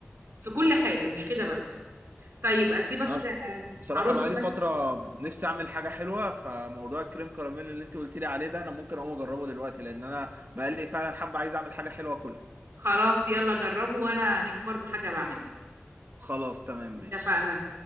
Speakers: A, on the right; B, on the right.
A: في كل حاجة مش كده بس طيب اسيبك
B: انا بص-
A: آه،
B: بصراحه
A: هرد
B: بقى لي فتره
A: بس
B: نفسي اعمل حاجه حلوه فموضوع الكريم كراميل اللي انت قلت لي عليه ده انا ممكن اقوم اجربه دلوقتي لان انا بقى لي فعلا حابه عايز اعمل حاجه حلوه كلها
A: خلاص يلا جربوا وانا اشوف برضو حاجة بعملها
B: خلاص تمام
A: اتفقنا
B: ماشي